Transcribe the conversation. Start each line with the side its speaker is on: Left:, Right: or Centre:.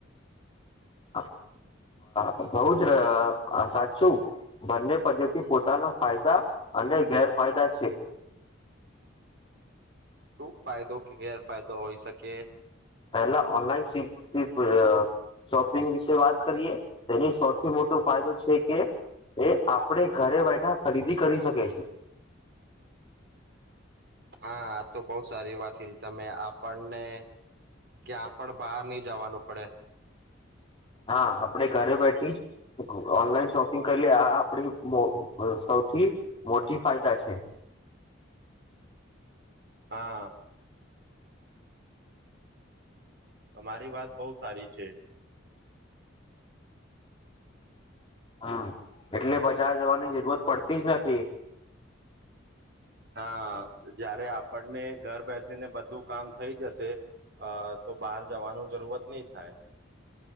Left: હા. હ બઉ જ સાચું બંને પદ્ધતિ પોતાના ફાયદા અને ગેરફાયદા છે.
Right: શું ફાયદો કે ગેરફાયદો હોઈ શકે.
Left: પહેલા ઓનલાઈન શિક શોપિંગ વિશે વાત કરીએ. તેની સૌથી મોટો ફાયદો છે કે એ આપણેે
Right: હા
Left: ઘરે બેઠા ખરીદી કરી શકી છે.
Right: હા, આ તો બહુ સારી વાત કીધી તમે આપણને ક્યાં પણ બહાર નહી જાવાનું પડે
Left: હા આપડે ઘરે બેઠી ઓનલાઈન શોપિંગ કરીલી આ આપડી અહહ સૌથી મોટી ફાયદા છે. <inaudible>
Right: હા તમારી વાત બહુ સારી છે.
Left: હમ એટલે બજાર જવાની જરૂરત પડતી જ નથી
Right: હા જયારે આપણને ઘર બેસીને બધું કામ થઈ જશે અ તો બહાર જવાનું જરૂરત નહી થાય